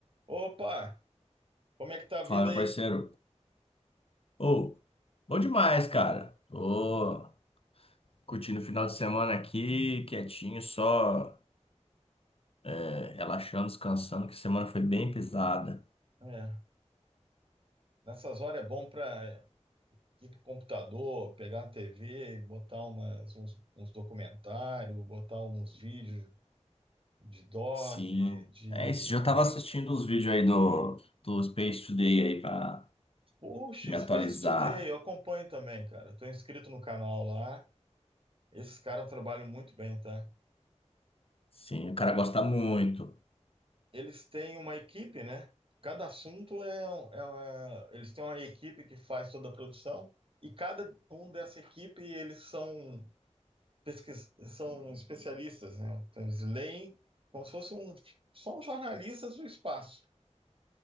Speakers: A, on the right; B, on the left.
A: Opa, como é que tá a vida
B: Fala, meu
A: aí?
B: parceiro. Ô, bom demais, cara. Tô curtindo o final de semana aqui, quietinho, só é, relaxando, descansando, que a semana foi bem pesada.
A: É, nessas horas é bom para ir pro computador, pegar a TV, botar umas, uns, uns documentários, botar uns vídeos de doc,
B: Sim.
A: de...
B: É isso, já tava assistindo os vídeos aí do, do Space Today aí pra
A: Puxa,
B: me
A: Space
B: atualizar.
A: Today, eu acompanho também, cara. Tô inscrito no canal lá. Esses caras trabalham muito bem, tá?
B: Sim, o cara gosta muito.
A: Eles têm uma equipe, né? Cada assunto é, um- é uma... Eles têm uma equipe que faz toda a produção e cada um dessa equipe, eles são... pesquis- são especialistas, né? Então, eles leem como se fossem um- são jornalistas do espaço.